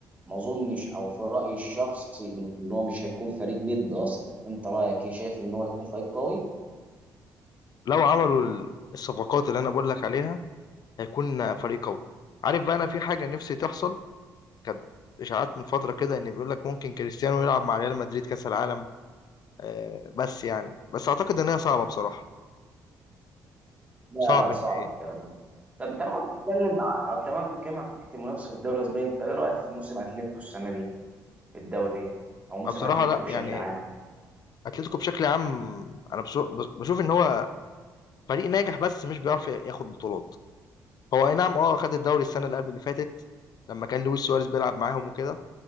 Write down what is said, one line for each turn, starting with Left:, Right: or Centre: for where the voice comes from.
Right: ما اظنش او في رايي الشخصي ان هو مش هيكون فريق ند اصلا انت رايك ايه شايف ان هو هيكون فريق قوي
Left: لو عملوا ال- الصفقات اللي أنا بقول لك عليها هيكون فريق قوي عارف بقى أنا في حاجة نفسي تحصل كانت إشاعات من فترة كده إن بيقول لك ممكن كريستيانو يلعب مع ريال مدريد كأس العالم آه، بس يعني بس أعتقد إن هي صعبة بصراحة
Right: لا
Left: صعب
Right: لا
Left: إن
Right: صعب الكلام ده طب انت لما بتتكلم مع تمام بنتكلم عن فكره المنافسه في الدوري الاسباني انت ايه رايك في موسم اتلتيكو السنه دي في الدوري او موسم
Left: بصراحة
Right: اتلتيكو
Left: لا
Right: بشكل
Left: يعني
Right: عام
Left: اتلتيكو بشكل عام انا بشو- بشوف ان هو فريق ناجح بس مش بيعرف ياخد بطولات هو اي نعم اه خد الدوري السنه اللي قبل اللي فاتت لما كان لويس سواريز بيلعب معاهم وكده